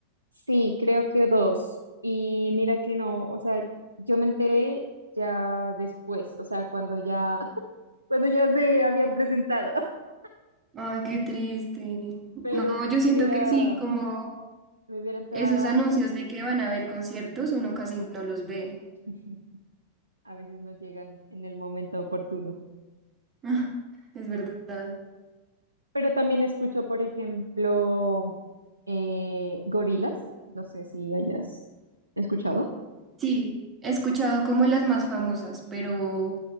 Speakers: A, on the right (about 85°); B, on the right (about 20°).
A: sí, creo que dos. Y mira que no, o sea, yo me enteré ya después, o sea, cuando ya, <laughs> cuando ya se habían presentado, <laughs>
B: Ay, qué triste.
A: pero
B: No,
A: si
B: yo
A: me
B: siento
A: hubiera,
B: que sí, como
A: me hubiera enterado
B: esos
A: antes,
B: anuncios
A: sí.
B: de que van a haber conciertos, uno casi no los ve.
A: <laughs> a veces no llegan en el momento oportuno.
B: <laughs> Es verdad.
A: Pero también escucho, por ejemplo, eh, Gorilas. No sé si hayas escuchado.
B: Sí, he escuchado como las más famosas, pero